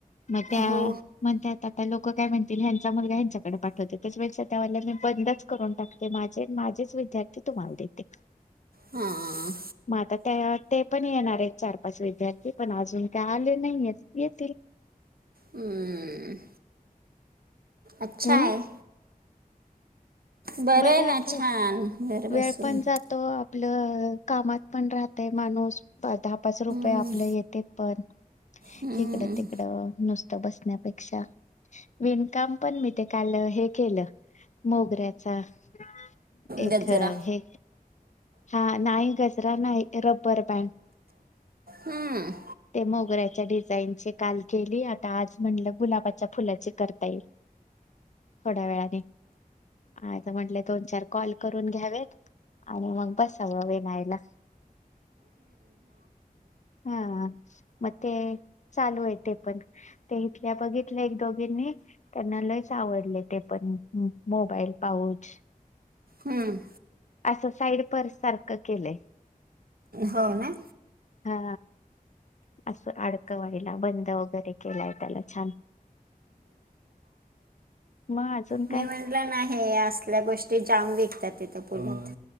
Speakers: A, on the left; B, on the right.
A: मग त्या
B: हो.
A: म्हणत आता लोक ल काय म्हणतीलचा मुलगा हच्याकडे पाठवते त्याच वेळेक्ष त्याला मी बंदच करून टाकते माझे माझेच विद्यार्थी तुम्हाला देते.
B: हां.
A: मग आता त्या ते पण येणार आहेत. चार पाच विद्यार्थी पण अजून काय आले नाहीय. येतील.
B: हम्म... अच्छा
A: हम्म
B: आहे. बरं
A: बरे
B: आहे ना
A: आपलं
B: छान घर
A: वेळ
B: बसून.
A: पण जातो आपलं कामात पण राहतय माणूस दहा पाच रुपये
B: हम्म,
A: आपले येते पण
B: हम्म.
A: इिकडं तिकडं नुसत बसण्यापेक्षा विणकाम पण मी ते काल हे केलं मोगऱ्यात. एक
B: गजरा.
A: हे हा नाही गचरा नाही रब्बर पॅन्ट
B: हम्म
A: ते मोगऱ्याच्या डिझाईन काल केली आता आज म्हणलं गुलाबाच्या फुलाचे करता येईल थोड्या वेळाने आता म्हंटले दोन चार कॉल करून घ्यावेत आणि मग बसावं वेनायला हा मग ते चालू आहे ते पण ते इथल्या बघितल्या एक दोघीनी त्यांना लयच आवडले ते पण मोबाईल पाहूच
B: हम्म.
A: असं साईड पर्स सारखं केलंय.
B: हो ना?
A: हा असं आडकवायला बंद वगैरे केलाय त्याला छान. मग अजून
B: मी
A: काय
B: म्हटलं नाही असल्या गोष्टी जाम विक त्या तितं पोलत